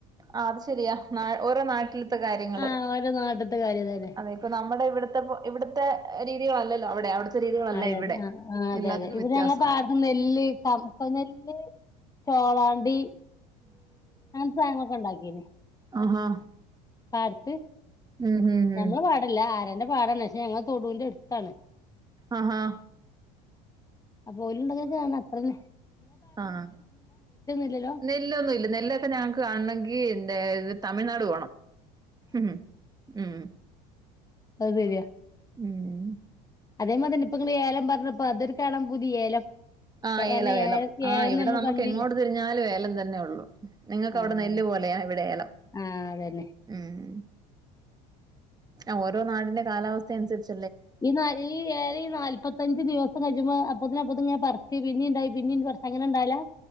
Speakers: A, on the right; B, on the left.
A: ആഹ് അത് ശെരിയാ നാ ഓരോ നാട്ടിലത്തെ കാര്യങ്ങള്
B: ആഹ് ഓരോ നാട്ട്ത്തെ കാര്യം തന്നെ
A: അതെ ഇപ്പ നമ്മുടെ ഇവിടെ ഇവിത്തെ ഇവിടുത്തെ രീതികളല്ലല്ലോ അവിടെ അവിടുത്തെ രീതികളല്ല
B: അതെ
A: ഇവിടെ
B: അതെ ആഹ് ആഹ് അതെ
A: എല്ലാത്തിനും
B: അതെ ഇവിടെ
A: വ്യത്യാസമുണ്ട്
B: ഞങ്ങ പാട്ട നെല്ല് കമക്ക നെല്ല് ചോളാണ്ടി അങ്ങനത്തെ സാധങ്ങളൊക്കെ ഒണ്ടാക്കീനെ
A: ആഹാ
B: പാട്ത്ത്
A: ഉം ഉം
B: ഞമ്മള
A: ഉം
B: പാടില്ല ആരന്റെ പാടണ് ഞങ്ങ തൊടുന്റടുത്താണ്
A: ആഹാ
B: അപ്പ ഓലുണ്ടാകാച്ച അത്രിം
A: ആഹ്
B: ഇല്ലല്ലോ
A: നെല്ലൊന്നുല്ല നെല്ലൊക്കെ ഞങ്ങക്ക് കാണണെങ്കി ന്റെ തമിഴ്നാട് പോണം ഉംഹ് ഉംഹ്
B: അഹ് സര്യാ
A: ഉംഹ്
B: അതേമാതിന്നെ ഇപ്പങ്ങള് ഏലം പർഞ്ഞപ്പോ അതൊരു കാണാൻ പൂതി ഏലം
A: ആ
B: കാരണം
A: ഏലവേലം.
B: ഏലം
A: ആഹ്
B: ഏലം
A: ഇവടെ
B: നമ്മള്
A: നമുക്ക്
B: കണ്ടില്ല
A: എങ്ങോട്ട് തിരിഞ്ഞാലും ഏലം തന്നെ ഉള്ളു. നിങ്ങക്ക്
B: ആഹ്
A: അവിടെ നെല്ല് പോലെയ ഇവിടെ ഏലം
B: ആഹ് അതന്നെ
A: ഉം ഉം ആഹ് ഓരോ നാടിന്റെ കാലാവസ്ഥ അനുസരിച്ച്
B: ഈ നാ ഈ ഏലെ ഈ നാല്പത്തഞ്ച ദിവസം കജ് റ്റുമൊ അപ്പൊതിന് അപ്പത്ങ്ങനെ പർച്ച് പിന്നീണ്ടായി പിന്നിം പർച്ച് അങ്ങനെണ്ടാവലാ